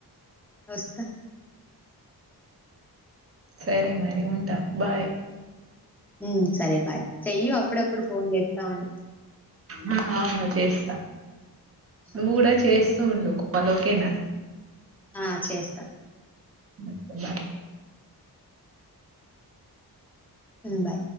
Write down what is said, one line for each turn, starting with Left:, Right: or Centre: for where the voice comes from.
Centre: వస్తా.
Right: సరే మరి ఉంటా బై.
Centre: మ్! సరే బై చెయ్యి అప్పుడప్పుడు ఫోన్ చేస్తా ఉండు.
Right: మ్! ఆ చేస్తా. నువ్వు
Centre: ఓ,
Right: కూడా చేసా. హ్మ్! <unintelligible> ఒకేనా
Centre: ఆ చేస్తా.
Right: By
Centre: by